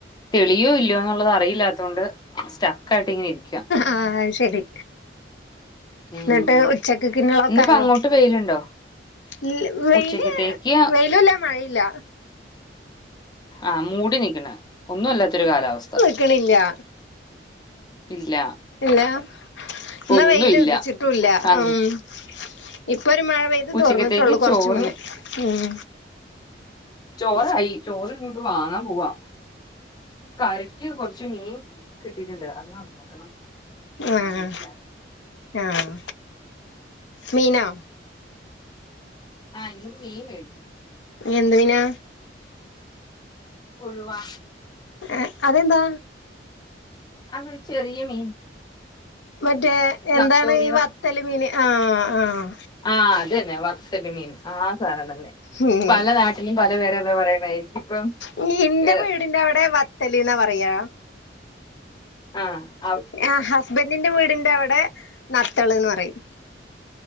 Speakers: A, on the left; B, on the left.
A: തെളിയോ ഇല്ല്യാന്നുള്ളത്. അറിയില്ലാത്തതോണ്ട് സ്റ്റെക്കായിട്ട് ഇങ്ങനെ ഇരിക്കുവ.
B: ആഹ് അയ് ശെരി
A: ഉം
B: ഇന്ന്ട്ട് ഉച്ചക്ക് ക്ക്ള്ളൊക്കെ
A: ഇന്നിപ്പോ
B: ആയോ?
A: അങ്ങോട്ട് വെയിലുണ്ടോ
B: വെ വെയില്
A: ഉച്ചക്കത്തേക്ക്
B: വെയ്ലില്ല മഴയില്ല.
A: ആ മൂടി നീക്ക്ണ്. ഒന്നും അല്ലാത്തൊരു കാലാവസ്ഥ.
B: ക്കളില്ല.
A: ഇല്ല
B: ഇല്ല ഇന്നാ
A: ഒന്നുമില്ല
B: വെയ്ല് ഉതിച്ചിട്ടു ഇല്ല
A: അ
B: ഉം. ഇപ്പൊ ഒരു മഴ പെയ്ത്
A: ഉച്ചക്കത്തേക്ക്
B: തോർന്നിട്ടൊള്ളു. കൊർച്ച്
A: ചോറ്
B: മുന്നേ ഉം.
A: ചോറായി. ചോറ് <unintelligible> ങ്ങക് വാങ്ങാ പോവാ. കറിക്ക് കൊറ്ച്ച് മീൻ കിട്ടീട്ട്ണ്ട്. അത് നന്നാക്കണം. നന്നാക്കിയിട്ടില്ല
B: ആഹ് ആഹ് മീനോ?
A: ആഹ് ഇന്ന്പ്പം മീൻ മേടിച്ചു.
B: എന്തീനാ?
A: ഉഴുവാ
B: ഏഹ് അതെന്താ?
A: അത് ചെറിയ മീൻ.
B: മറ്റേ എന്താണ്
A: നത്തോലി
B: ഈ വത്തല് മീന് ആഹ് ആഹ്.
A: ആഹ് അതന്നെ. വത്തല് മീൻ ആ സാനം തന്നെ.
B: ഉം
A: പല നാട്ടിലും പല പേരല്ല പറയണേ എനിക്കിപ്പം
B: ഉം ഇന്റെ
A: ഏ,
B: വീടിന്റ അവ്ടെ വ ത്തല്ന്നാ പറയാ.
A: ആഹ്
B: ആ ഹസ്ബൻ്റിന്റെ വീടിന്റെ അവ്ടെ നത്തേള്ന്ന് പറയും.